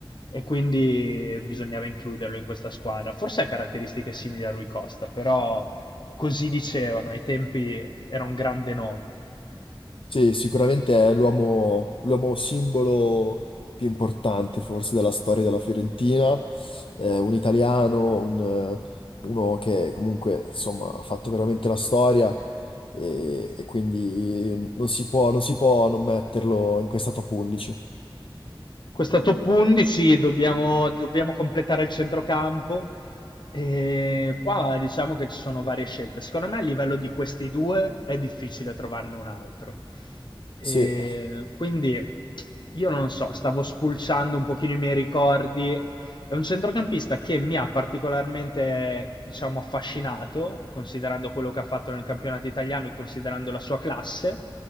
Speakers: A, on the left (about 55°); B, on the left (about 75°).
A: e quindi bisognava includerlo in questa squadra. Forse ha caratteristiche simili a Rui Costa, però così dicevano, ai tempi era un grande nome.
B: Sì, sicuramente è l'uomo l'uomo simbolo più importante forse della storia della Fiorentina, Eh, un italiano, un, eh, uno che comunque insomma ha fatto veramente la storia e, e quindi non si può, non si può non metterlo in questa top 11.
A: Questa top 11 dobbiamo, dobbiamo completare il centrocampo. E qua diciamo che ci sono varie scelte. Secondo me a livello di questi due è difficile trovarne un altro. E
B: Sì,
A: quindi io non so, stavo spulciando un pochino i miei ricordi. È un centrocampista che mi ha particolarmente, diciamo, affascinato, considerando quello che ha fatto nel campionato italiano e considerando la sua classe.